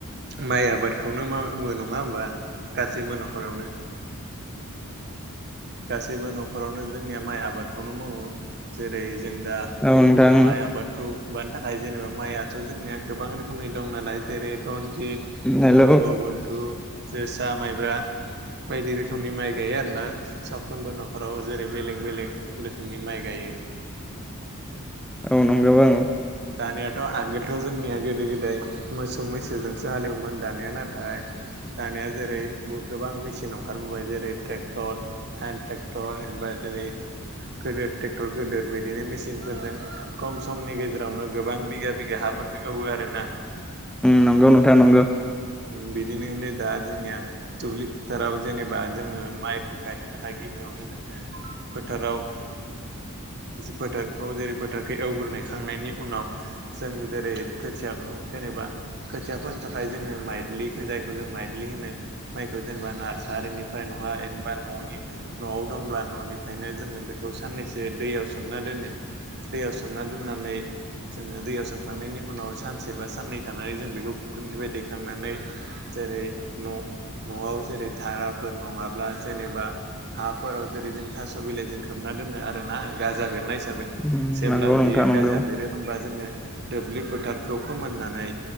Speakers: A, on the right; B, in the centre.
A: माइ आबादखौनो मावो नङा होमबा गासैबो न'खरावनो? गासैबो न'खरावनो जोंनिया माइ आबादखौनो मावो। जेरै जों दा
B: नोंथां
A: माइ आबादखौ मावनो थाखाय जेनेबा माइआथ' जोंनिया गोबां रोखोमनि दं नालाय जेरै रनजित,
B: हेल'
A: बंग
B: औ
A: बन्धु, जोसा, माइब्रा, बायदि रोखोमनि माइ गायो आरो ना साफ्रोमबो न'खराव जेरै बेलेग बेलेग रोखोम नि माइ गायो
B: औ नंगौ औ
A: दानियााथ' आगोलथ' जोंनिया गोदो गोदाय मोसौ मैसोजोंसो हालेवोमोन दानिया नाथाय दानिया जेरै गोबां मेचिन ओंखारबोबाय जेरै ट्रेक्टर हेन्द ट्रेकटर जेनबा जेरै गोदिर ट्रेक्टर गिदिर बिदिनो मेसिनफोरजों खम समनि गेजेरावनो गोबां बिघा बिघा हाफोरखौ एवो आरो ना
B: नंगौ नोंथां नंगौ
A: बिदिनोै दा जोंनिया दुब्लि फोथाराव जेनेबा जोङो माइखौ गायनो थाखाय गिबि गिबियावनो जोङो फोथाराव
B: <inaudible> <unintelligible>
A: फोथाराव जेरै फोथारखौै एवग्रोनायखांनायनि उनाव जों जेरै खोथियाखौ जेनेबा खोथिया फोनो थाखाय जोङो माइद्लि जायखौ जों माइद्लि होनो माइखौ जेनेबा नार्सारिनिफ्राय नङा बा न'नि न'आव दंब्ला न'निफ्रायनो जोङो बेखौ साननैसो दैयाव सोमना दोनो दैयाव सोमना दोननानै जोङो दैयाव सोमखांनायनि उनाव सानसे बा साननै थानानै जों बेखौ फुख्रिनिफ्राय दैेखांनानै जेरै न न'आव जेरै धाराफोर नङाब्ला जेनेबा हाफोराव जेरै जों थास' बिलाइजों खोबना दोनो आरोना गाजा बेरनाय हिसाबै।
B: उम
A: जेब्ला
B: नंगौ नोंथां
A: बेयो
B: नंगौ
A: गाजा बेरो होनोमबा जोङो दुब्लि फोथारखौ फोमोननानै